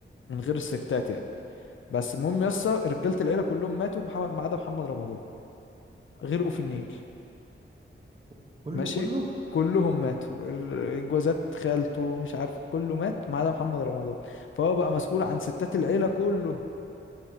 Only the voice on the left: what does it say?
من غير الستات يعني بس المهم يا اسطى رجاله العيله كلهم ماتوا محمد- ما عدا محمد رمضان غرقوا في النيل
ماشي
كلهم ماتوا ال- جوازات خالته مش عارف كله مات ما عدا محمد رمضان فهو بقى مسؤول عن ستات العيله كله